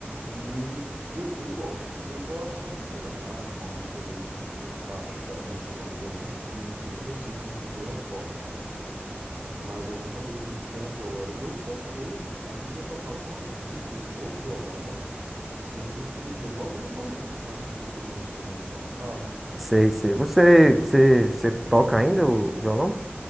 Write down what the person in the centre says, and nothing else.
Sei, sei. Você, você, você toca ainda o violão?